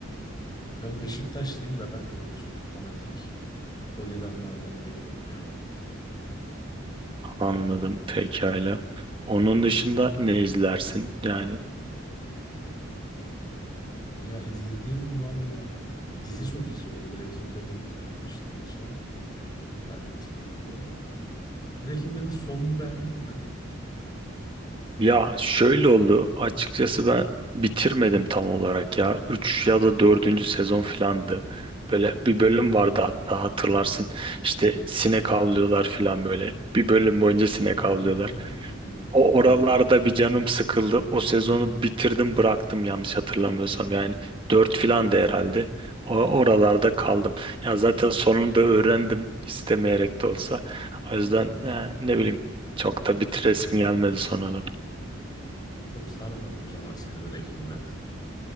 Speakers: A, on the left; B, on the right.
A: Ben Beşiktaşlıyım da ben de öyle çok fanatik holiganlardan değilim ya.
B: Anladım. Pekala. Onun dışında ne izlersin? Yani
A: Ya izlediğim valla dizi çok izliyordum. Breaking Bad'i bitirdim işte en son. Ben de senin gibi. Breaking Bad'in sonunu beğendin mi?
B: Ya şöyle oldu. Açıkçası ben bitirmedim tam olarak ya. üç ya da dördüncü sezon filandı. Böyle bir bölüm vardı hatta hatırlarsın. İşte sinek avlıyorlar filan böyle. Bir bölüm boyunca sinek
A: Ha
B: avlıyorlar.
A: ha ha bildim.
B: O oralarda bir canım sıkıldı. O sezonu bitirdim bıraktım yanlış hatırlamıyorsam. Yani 4 filan da herhalde. O oralarda kaldım. Ya zaten sonunda öğrendim istemeyerek de olsa. O yüzden eh, ne bileyim çok da bitiresim gelmedi sonra
A: Çok sarmadı o zaman seni Breaking Bad.